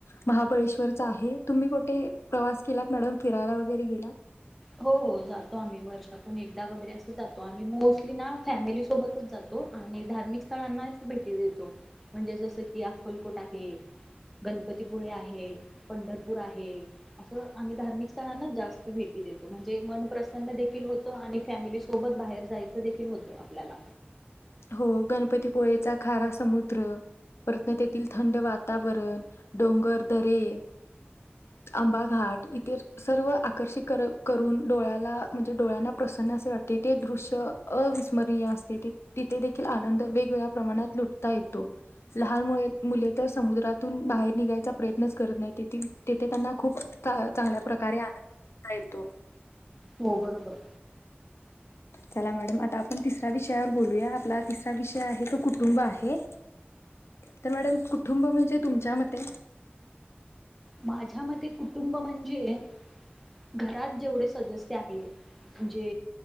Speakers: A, on the left; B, in the centre.
A: महाबळेश्वरचा आहे तुम्ही कुठे प्रवास केलात मॅडम फिरायला वगैरे गेलात
B: हो जातो आम्ही वर्षातून एकदा वगैरे असं जातो आम्ही मोस्टली ना फॅमिली सोबतच जातो आणि धार्मिक स्थळांनाच भेटी देतो म्हणजे जसं की अक्कलकोट आहे गणपतीपुळे आहे पंढरपूर आहे असं आम्ही धार्मिक स्थळांना जास्त भेटी देतो म्हणजे मन प्रसन्न देखील होत आणि फॅमिली सोबत बाहेर जायच देखील होत आपल्याला
A: हो गणपतीपुळेचा खारा समुद्र परत तेथील थंड वातावरण डोंगर दरे आंबा घाट इतर सर्व आकर्षित कर करून डोळ्याला म्हणजे डोळ्यांना प्रसन्न असे वाटते ते दृश्य अविस्मरणीय असते ते तिथे देखील आनंद वेगवेगळ्या प्रमाणात लुटता येतो लहान मुळे मुले तर समुद्रातून बाहेर निघायचा प्रयत्नच करत नाही तेथील तेथे त्यांना खूप चा चांगल्या प्रकारे आनंद लुटता येतो
B: हो बरोबर
A: चला मॅडम आता आपण तिसऱ्या विषयावर बोलूया आपला तिसरा विषय आहे तो कुटुंब आहे तर मॅडम कुठ कुटुंब म्हणजे तुमच्या मते
B: माझ्या मते कुटुंब म्हणजे घरात जेवढे सदस्य आहेत म्हणजे